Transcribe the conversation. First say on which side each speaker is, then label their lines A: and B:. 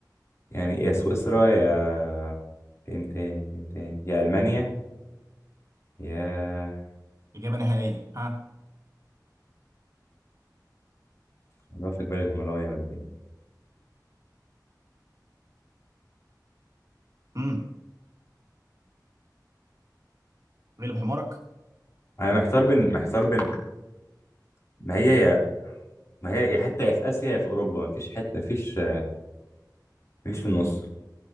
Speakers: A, on the left; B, on the right.
A: يعني يا سويسرا يا فين تاني فين تاني يا ألمانيا يا
B: اجابه نهائيه ها
A: والله في جبال الهيمالايا ولا فين
B: امم غلب حمارك
A: أنا محتار بين محتار بين ما هي يا ما هي يا حتة يا في آسيا يا في أوروبا ما فيش حتة ما فيش ما فيش في النص